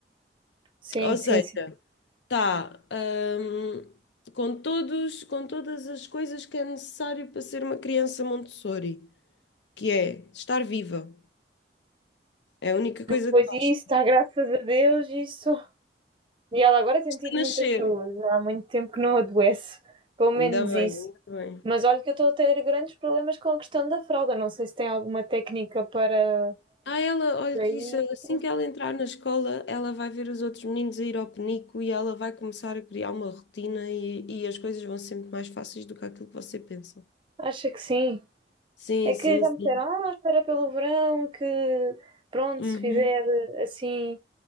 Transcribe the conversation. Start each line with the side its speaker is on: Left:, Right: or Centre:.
Right: Sim,
Left: Ou
Right: sim,
Left: seja,
Right: sim.
Left: está, hum, com todos, com todas as coisas que é necessário para ser uma criança Montessori, que é estar viva. É a única coisa
Right: Pois
Left: que basta.
Right: isso, está graças a Deus, isso E ela agora tem tido
Left: Nascer.
Right: muita saúde, há muito tempo que não adoece, pelo menos
Left: Ainda bem,
Right: isso.
Left: ainda bem.
Right: Mas olha que eu estou a ter grandes problemas com a questão da fralda, não sei se tem alguma técnica para
Left: Ah, ela, olha
Right: para
Left: que
Right: isso.
Left: isso, assim que ela entrar na escola, ela vai ver os outros meninos a ir ao penico e ela vai começar a criar uma rotina e, e as coisas vão ser muito mais fáceis do que aquilo que você pensa.
Right: Acha que sim?
Left: Sim,
Right: É que
Left: sim,
Right: já
Left: sim.
Right: me disseram, ah, espera pelo verão, que pronto,
Left: Uhum.
Right: se fizer eh, assim